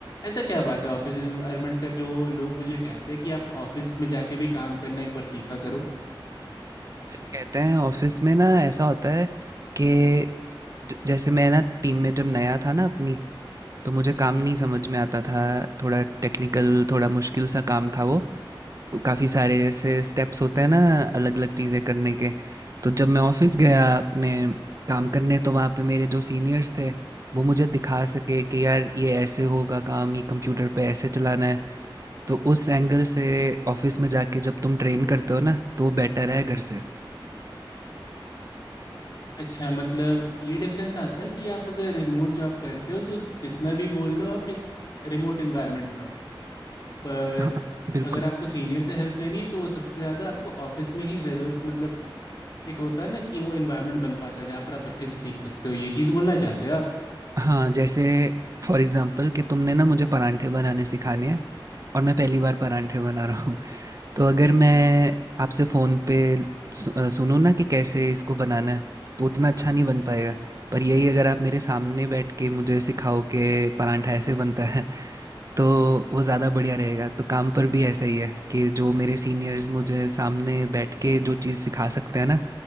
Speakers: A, on the left; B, on the right.
A: ऐसा क्या बात है ऑफिस एनवायरनमेंट का जो लोग मुझे कहते हैं कि आप ऑफिस में जाके भी काम करना एक बार सीखा करो
B: हाँ, नहीं, सही कहते हैं ऑफिस में ना ऐसा होता है कि ज- जैसे मैं ना टीम में जब नया था ना अपनी तो मुझे काम नहीं समझ में आता था थोड़ा टेक्निकल थोड़ा मुश्किल सा काम था वो काफ़ी सारे जैसे स्टेप्स होते हैं ना अलग अलग चीज़ें करने के तो जब मैं ऑफिस गया अपने काम करने तो वहाँ पे मेरे जो सीनियर्स थे वो मुझे दिखा सके कि यार ये ऐसे होगा काम ये कंप्यूटर पे ऐसे चलाना है तो उस एंगल से ऑफिस में जाके जब तुम ट्रेन करते हो ना तो वो बेटर है घर से
A: अच्छा मतलब ये डिफरेंस आता है कि आप अगर रिमोट जॉब करते हो तो जितना भी बोल लो आप एक रिमोट एनवायरनमेंट में हो पर
B: हाँ बिल्कुल
A: अगर आपको सीनियर से हेल्प लेनी है तो वो सबसे ज़्यादा आपको ऑफिस में ही ज़रूरत मतलब एक होता है ना कि वो एनवायरनमेंट बन पाता है जहाँ पर आप अच्छे से सीख सकते हो ये चीज़ बोलना चाहते हो आप
B: हाँ जैसे फॉर एग्जांपल कि तुमने ना मुझे परांठे बनाने सिखाने हैं और मैं पहली बार परांठे बना रहा तो अगर मैं आपसे फ़ोन पे सु- अ, सुनूँ ना कि कैसे इसको बनाना है तो उतना अच्छा नहीं बन पाएगा पर यही अगर आप मेरे सामने बैठ के मुझे सिखाओ कि परांठा ऐसे बनता है तो वो ज़्यादा बढ़िया रहेगा तो काम पर भी ऐसा ही है कि जो मेरे सीनियर्स मुझे सामने बैठ के जो चीज़ सिखा सकते हैं ना